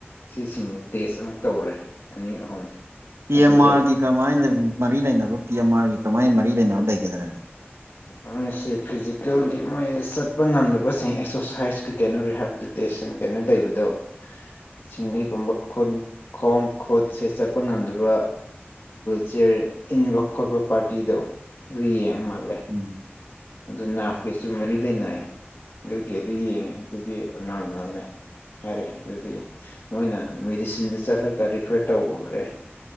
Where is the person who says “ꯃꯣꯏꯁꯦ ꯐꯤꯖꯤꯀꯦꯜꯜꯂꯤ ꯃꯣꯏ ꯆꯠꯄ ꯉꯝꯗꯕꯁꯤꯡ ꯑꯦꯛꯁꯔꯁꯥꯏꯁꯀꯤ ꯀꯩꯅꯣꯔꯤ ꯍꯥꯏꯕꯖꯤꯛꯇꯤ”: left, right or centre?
Left